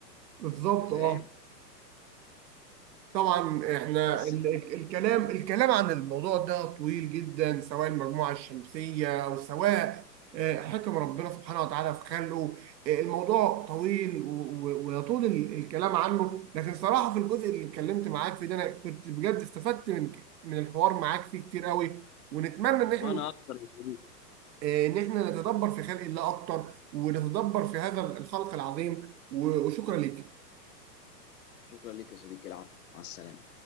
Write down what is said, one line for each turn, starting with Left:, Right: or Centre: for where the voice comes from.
Right: بالظبط
Left: انت فاهم
Right: اه طبعا احنا
Left: بس
Right: ال-
Left: ف...
Right: ال- الكلام الكلام عن الموضوع ده طويل جدا سواء المجموعة الشمسية او سواء آه، حكم ربنا سبحانه وتعالى في خلقه آه، الموضوع طويل و- و- ويطول ال- الكلام عنه لكن صراحة في الجزء اللي اتكلمت معاك فيه ده انا كنت بجد استفدت من من الحوار معاك فيه كتير قوي ونتمنى ان احنا
Left: وانا اكتر يا صديقي.
Right: آه، ان احنا نتدبر في خلق الله اكتر ونتدبر في هذا الخلق العظيم و- وشكرا ليك
Left: شكرا لك يا صديقي العفو مع السلامه